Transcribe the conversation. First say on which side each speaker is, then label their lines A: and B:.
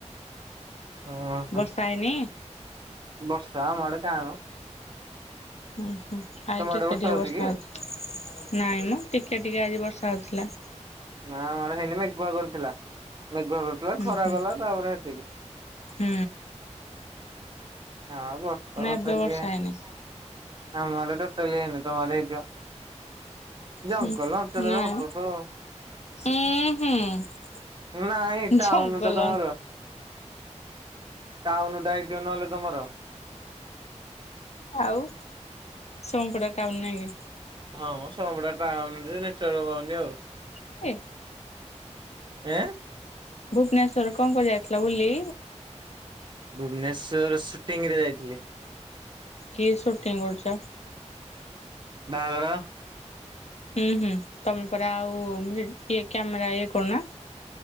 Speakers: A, on the right; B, on the left.
A: ଓହୋ
B: ବର୍ଷା ହେଇନି?
A: ବର୍ଷା ଆମ ଆଡ଼େ କାଇଁ ମ।
B: ହୁଁ ହୁଁ ଆଜି
A: ତମ
B: ଟିକେ
A: ଆଡେ
B: ଟିକେ
A: ହଉଛି
B: ବର୍ଷା
A: କି?
B: ହଉଛି। ନାଇଁ ମ ଟିକେ ଟିକେ ଆଜି ବର୍ଷା ହଉଥିଲା।
A: ନା ଆମ ଆଡ଼େ ହେଇନି ମେଘୁଆ କରିଥିଲା ମେଘୁଆ କରିଥିଲା
B: ହୁଁ
A: ଖରା
B: ହୁଁ
A: କଲା ତାପରେ ସେତିକି।
B: ହୁଁ।
A: ହଁ ବର୍ଷ
B: ନା
A: ବର୍ଷାକି
B: ଏବେ ବର୍ଷା
A: ଆମ
B: ହେଇନି
A: ଆଡ଼େ ଟୋଟାଲି ହେଇନି ତମ ଆଡେ ହେଇଥିବ। ଜଙ୍ଗଲ
B: ହୁଁ
A: ଅଞ୍ଚଳରେ
B: ନାଇଁ
A: ହବ ତ।
B: ଉଁ ହୁଁ
A: ନାଇ ଏଟା
B: ଜଙ୍ଗଲ
A: ଆଉନି ତ ତମର। ଟାଉନୁ ଦାୟିତ୍ୱ ନହେଲେ ତମର।
B: ଆଉ ସୋମପଡା ଟାଉନ୍ ନାଇ କି।
A: ହଁଁ ମ ସୋମପଡା ଟାଉନ୍ ଯେ ନେଟୱାର୍କ ପାଉନି ଆଉ।
B: କି ଏ
A: ଏଁ
B: ଭୁବନେଶ୍ଵର କଣ କଣ ଯାଇଥିଲା ବୁଲି
A: ଭୁବନେଶ୍ୱର ସୁଟିଂ ରେ ଯାଇଥିଲି।
B: କି ସୁଟିଂ କରୁଚ଼?
A: ବାହାଘର।
B: ହୁଁ ହୁଁ ତମ ପରା ଆଉ ଇଏ କ୍ୟାମେରା ଇଏ କରୁନା।